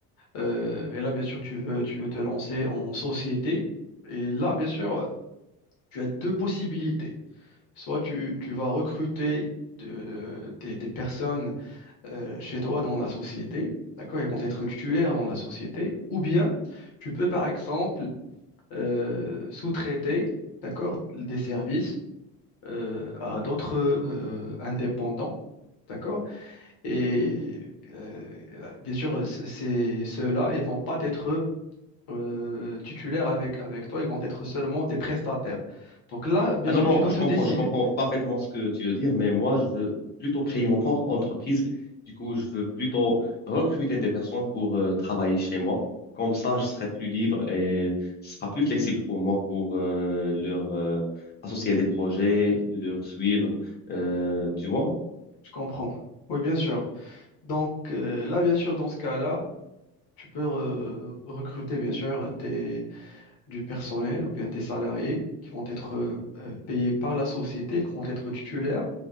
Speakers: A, on the left (about 50°); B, on the left (about 20°).
A: euh, et là, bien sûr, tu veux, tu veux te lancer en société. Et là, bien sûr, tu as deux possibilités. Soit tu, tu vas recruter de- des, des personnes euh, chez toi dans la société. D'accord? Ils vont être titulaires dans la société. Ou bien, tu peux, par exemple, euh, sous-traiter, d'accord, des services euh, à d'autres euh, indépendants. D'accord? Et euh, bien sûr, c- c'est, ceux-là, ils vont pas être euh, titulaires avec, avec toi, ils vont être seulement des prestataires. Donc là, bien
B: Ah
A: sûr,
B: non, non,
A: tu dois
B: je
A: te
B: comprends,
A: décider.
B: je comprends parfaitement ce que tu veux dire, mais moi, je veux plutôt créer mon propre entreprise. Du coup, je veux plutôt recruter des personnes pour euh, travailler chez moi. Comme ça, je serai plus libre et ce sera plus flexible pour moi pour euh, leur euh, associer à des projets, leur suivre, euh, tu vois?
A: Je comprends. Oui, bien sûr. Donc euh, là, bien sûr, dans ce cas-là, tu peux re- recruter, bien sûr, des, du personnel ou bien des salariés qui vont être euh, payés par la société, qui vont être titulaires.